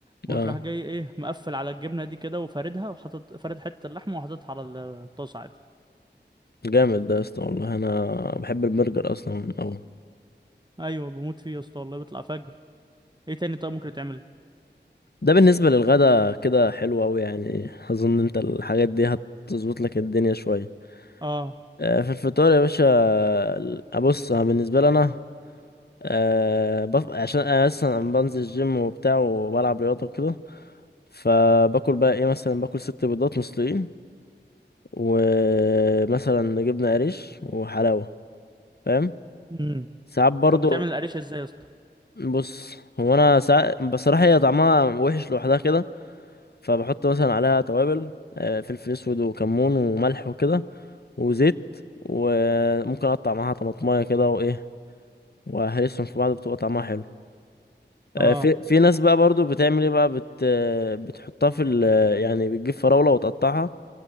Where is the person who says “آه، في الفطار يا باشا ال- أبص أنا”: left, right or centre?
Left